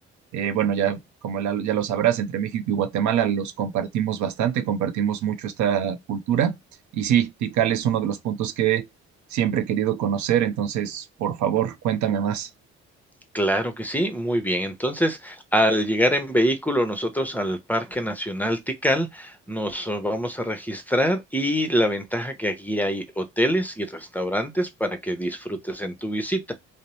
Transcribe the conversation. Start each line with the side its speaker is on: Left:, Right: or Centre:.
Right: eh, bueno, ya como la- ya lo sabrás, entre México y Guatemala los compartimos bastante, compartimos mucho esta cultura. Y sí, Tikal es uno de los puntos que siempre he querido conocer, entonces, por favor, cuéntame más.
Centre: Claro que sí, muy bien. Entonces, al llegar en vehículo nosotros al Parque Nacional Tikal, nos eh, vamos a registrar y la ventaja que aquí hay hoteles y restaurantes para que disfrutes en tu visita.